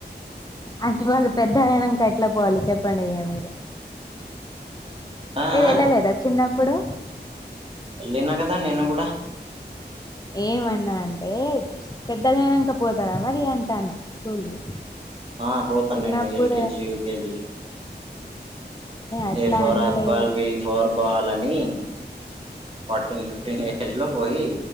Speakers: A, on the left; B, on the right.
A: అంటే వాళ్ళు పెద్ద ఆయనంకా ఎట్లా పోవాలి చెప్పండి ఇంగ మీరు
B: ఆ
A: మీరెళ్ళలేదా
B: ఆ
A: చిన్నప్పుడు
B: లినా కదా నేను కూడా
A: ఏమన్నా అంటే పెద్దగైనాంక పోతారా మరి అంటాన్న స్కూల్ కి
B: ఆ పోతా
A: చిన్నప్పుడు
B: నేను ఎల్కేజీ యూకేజీ
A: అట్లా
B: ఏ ఫార్
A: అనలే
B: యాప్పల్ బి ఫార్ బాల్ అని ఫార్టీన్ ఫిఫ్టీన్ ఏజ్ లో పోయి